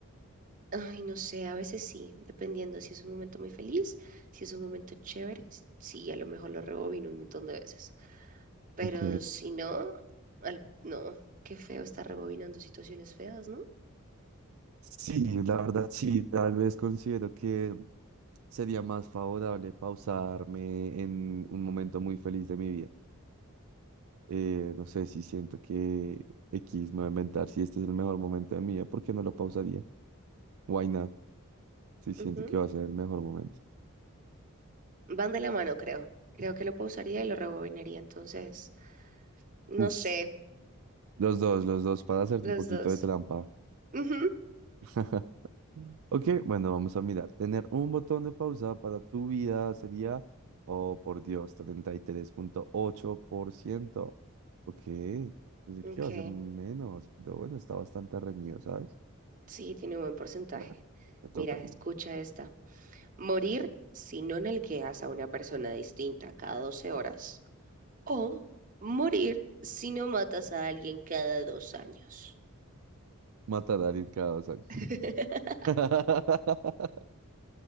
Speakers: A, on the right; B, on the right.
A: Ay, no sé, a veces sí, dependiendo si es un momento muy feliz, si es un momento chévere, s- sí, a lo mejor lo rebobino un montón de veces. Pero
B: Ok.
A: si no, al- no, qué feo estar rebobinando situaciones feas, ¿no?
B: Sí, la verdad sí, tal vez considero que sería más favorable pausarme en un momento muy feliz de mi vida. Eh, no sé si siento que X me va a inventar, si este es el mejor momento de mi vida, ¿por qué no lo pausaría? Why not? Si siento
A: Ujú.
B: que va a ser el mejor momento.
A: Van de la mano, creo. Creo que lo pausaría y lo rebobinaría. Entonces, no
B: Uf,
A: sé,
B: los dos, los dos, para hacer
A: los
B: un poquito
A: dos.
B: de trampa.
A: Ujú.
B: <laughs> Ok, bueno, vamos a mirar. Tener un botón de pausa para tu vida sería, oh por Dios, treinta y tres punto ocho por ciento. Ok, pensé
A: Ok.
B: que iba a ser menos, pero bueno, está bastante reñido, ¿sabes?
A: Sí, tiene un buen porcentaje.
B: Bueno, me toca
A: Mira,
B: a mí.
A: escucha esta. Morir si no nalgueas a una persona distinta cada 12 horas O morir si no matas a alguien cada dos años.
B: Matar a alguien cada dos años.
A: <laughs>
B: <laughs>